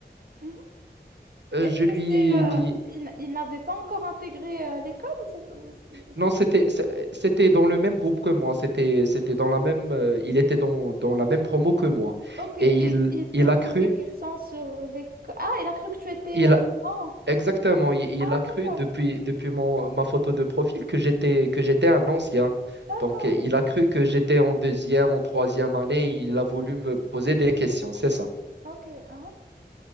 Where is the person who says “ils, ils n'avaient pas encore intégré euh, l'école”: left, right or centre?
Right